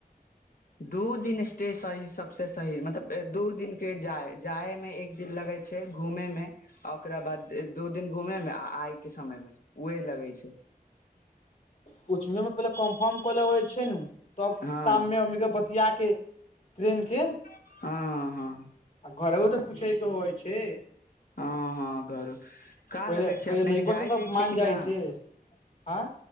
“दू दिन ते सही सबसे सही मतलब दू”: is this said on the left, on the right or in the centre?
Left